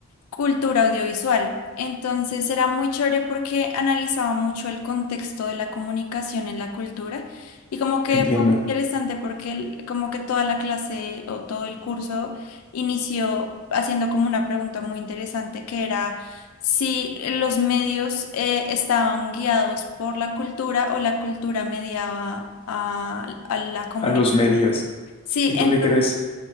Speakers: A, on the left (about 80°); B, on the left (about 25°).
A: cultura audiovisual. Entonces era muy chévere porque analizaba mucho el contexto de la comunicación en la cultura y como que
B: entiendo.
A: fue muy interesante porque el- como que toda la clase o todo el curso inició haciendo como una pregunta muy interesante que era si los medios eh, estaban guiados por la cultura o la cultura mediaba a, a la comunicación.
B: A los medios.
A: Sí,
B: ¿Y tú
A: entonces
B: qué crees?